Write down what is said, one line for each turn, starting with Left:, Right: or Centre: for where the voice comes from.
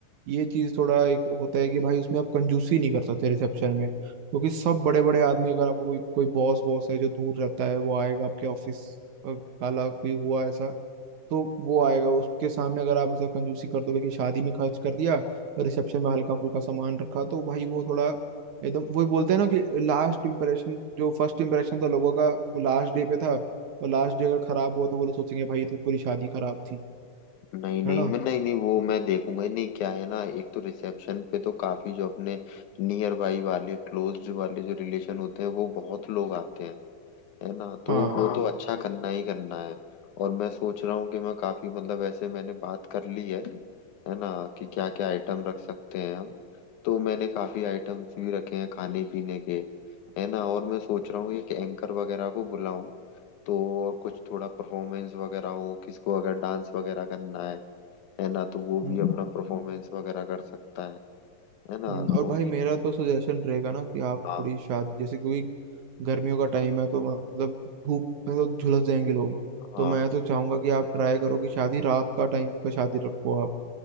Right: ये चीज थोड़ा एक होता है कि भाई उसमें आप कंजूसी नहीं कर सकते रिसेप्शन में क्योंकि सब बड़े बड़े आदमी अगर आपको कोई कोई बॉस वॉस है जो दूर रहता है वो आएगा आपके ऑफिस काला कोई हुआ ऐसा तो वो आएगा उसके सामने अगर आप ऐसा कंजूसी कर दोगे कि शादी में खर्च कर दिया और रिसेप्शन में हल्का फुल्का सामान रखा तो भाई वो थोड़ा एकदम वही बोलते हैं ना कि लास्ट इंप्रेशन जो फर्स्ट इंप्रेशन था लोगों का वो लास्ट डे पे था वो लास्ट डे अगर खराब हुआ तो वो लोग सोचेंगे भाई तो पूरी शादी खराब थी
Left: नहीं नहीं
Right: है ना
Left: मैं नहीं नहीं वो मैं देखूंगा ही नहीं क्या है ना एक तो रिसेप्शन पे तो काफी जो अपने नियर बाई वाले क्लोज्ड वाले जो रिलेशन होते हैं वो बहुत लोग आते हैं है ना तो
Right: हाँ
Left: वो तो अच्छा करना ही करना है और मैं सोच रहा हूँ कि मैं काफी मतलब ऐसे मैंने बात कर ली है है ना कि क्या क्या आइटम रख सकते हैं हम तो मैंने काफी आइटम्स भी रखे हैं खाने पीने के है ना और मैं सोच रहा हूँ एक एंकर वगैरह को बुलाऊं तो और कुछ थोड़ा परफॉर्मेंस वगैरह हो किसको अगर डांस वगैरह करना है है ना तो वो
Right: हम्म
Left: भी अपना परफॉर्मेंस वगैरह कर सकता है है ना
Right: हम्म, और
Left: तो
Right: भाई मेरा तो सजेशन रहेगा ना कि आप
Left: हाँ
Right: थोड़ी शादी जैसे क्योंकि गर्मियों का टाइम है तो मतलब धूप में तो झुलस जाएंगे लोग
Left: हाँ
Right: तो मैं तो चाहूंगा कि आप ट्राई करो कि शादी रात का टाइम पे शादी रखो आप